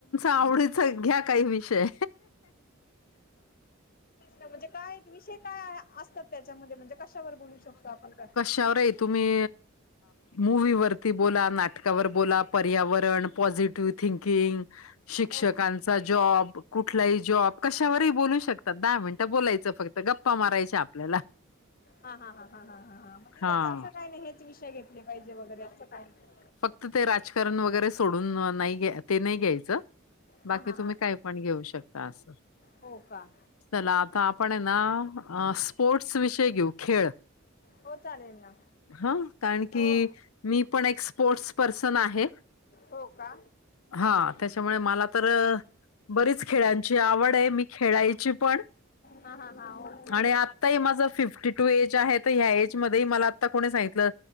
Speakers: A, on the left; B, on the left.
A: आवडीच घ्या काही विषय
B: म्हणजे काय विषय काय असतात त्याच्यामध्ये म्हणजे क शावर बोलू शकतो आपण काय?
A: वर तुम्ही मूवीवरती बोला, नाटकावर बोला, पर्यावरण, पॉझिटिव्ह थिंकिंग शिक्षकांचा
B: ओके
A: जॉब कुठलाही जॉब कशावरही बोलू शकतात दहा मिनिटं बोलायचं फक्त गप्पा मारायच्या आपल्याला
B: हा हा ह ह ह ह ह म्हणजे
A: हा.
B: त्याचा असं काय नाही हेच विषय घेतले पाहिजे वगैरे असं काय नाही.
A: फक्त ते राजकारण वगैरे सोडून नाही ते नाही घ्यायचं बाकी
B: हा हा
A: तुम्ही
B: हा
A: काय? पण घेऊ शकता असं.
B: हो का?
A: चला आता आपण आहे ना
B: हा
A: स्पोर्टस विषयी घेऊ खेळ.
B: हो चालेल ना
A: हा कारण की
B: हो
A: मी पण एक स्पोर्टस पर्सन आहे.
B: हो का?
A: हा त्याच्यामुळे मला तर बरीच खेळांची आवड आहे मी खेळायची पण
B: हा हा हा ओके
A: आणि आताही माझ फिफ्टी टू एज आहे तर ह्या एज मध्ये मला कोणी सांगितलं